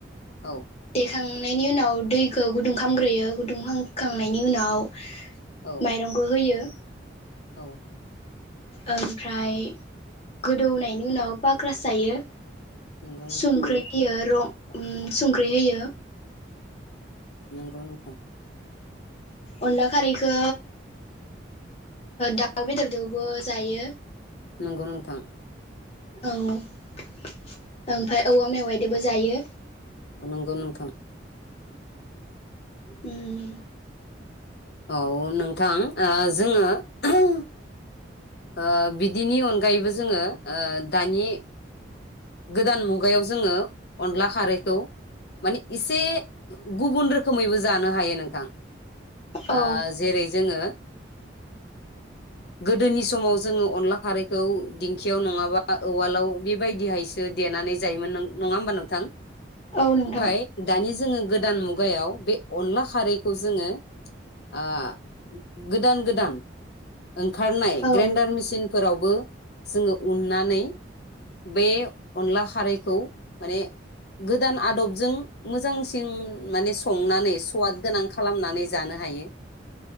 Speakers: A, on the left; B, on the left.
A: औ
B: देखां नायनि उनाव दैखौ गुदुं खालामग्रोयो गुदुं खामखांनायनि उनाव
A: औ
B: माइरंखौ होयो
A: औ
B: ओमफ्राय गोदौनायनि उनाव पाग्राास जायो
A: नंगौ नोंथां
B: संख्रि होयो रं उम संख्रि होयो
A: नंगौ नोंथां
B: अनला खारैखौ दाउ बेदरदोबो जायो
A: नंगौ नोंथां
B: औ ओमफ्राय औवा मेवाइदोबो जायो
A: नंगौ नोंथां
B: उम
A: औ नोंथां ओ जोङो <unintelligible> ओ बिदिनि अनगायैबो जोङो ओ दानि गोदान मुगायाव जोङो अनला खारैखौ मानि इसे गुबुन रोखोमैबो जानो हायो नोंथां
B: औ
A: ओ जेरै जोङो गोदोनिस समाव जोङो अनला खारैखौ दिंखियाव नङाबा औवालाव बेबायदिहायसो देनानै जायोमोन नो नङा होमबा नोंथां।
B: औ नोंथां
A: ओमफाय दानि जोङो गोदान मुगायाव बे अनला खारैखौ जोङो ओ गोदान गोदान ओंखारनाय
B: औ
A: ग्रेन्डार मिसिनफोरावबो जोङो उननानै बे अनला खारैखौ माने गोदान आदबजों मोजांसिन माने संनानै सुवाद गोनां खालामनानै जानो हायो।